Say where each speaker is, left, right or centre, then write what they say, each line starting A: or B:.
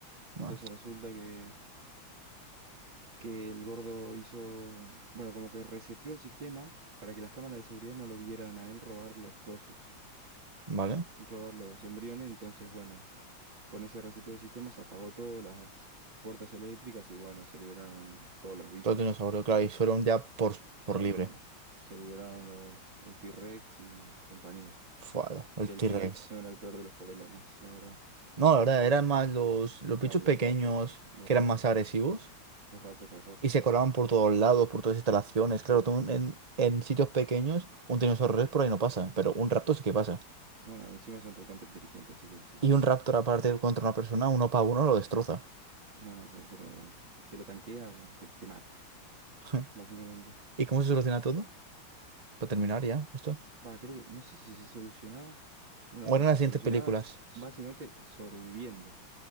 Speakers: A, on the right; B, on the right.
A: Entonces
B: Ah,
A: resulta que que el gordo hizo, bueno, como que reseteó el sistema para que las cámaras de seguridad no lo vieran a él robar los cosos,
B: Vale.
A: robar los embriones, entonces, bueno, con ese reseteo del sistema se apagó todas las puertas eléctricas y bueno, se liberaron todos los bichos.
B: Todos dinosaurios, claro, y fueron ya por, por
A: Claro,
B: libre.
A: se liberaron los, el T-Rex y compañía.
B: Fua, el
A: Que el
B: T-Rex.
A: T-Rex no era el peor de los problemas, la verdad.
B: No, la verdad, eran más los,
A: Mm.
B: los
A: No,
B: bichos
A: los
B: pequeños
A: Raptor, los
B: que
A: Raptor,
B: eran más agresivos
A: los Raptor, los Raptor.
B: y se colaban por todos lados, por todas las instalaciones. Claro, tú en, en sitios pequeños, un tiranosaurio rex por ahí no pasa, pero un raptor sí que pasa.
A: No, no, encima son recontra inteligentes, así que sí.
B: Y un raptor aparte contra una persona, uno para uno lo destroza.
A: No, no, pero te lo, te lo tanquea, bueno, te, te mata,
B: <laughs>
A: básicamente.
B: ¿Y cómo se soluciona todo? Para terminar ya, esto.
A: Va, creo que, no sé si se solucionaba. Bueno,
B: ¿O
A: sí,
B: eran
A: se
B: las siguientes
A: solucionaba
B: películas?
A: básicamente sobreviviendo.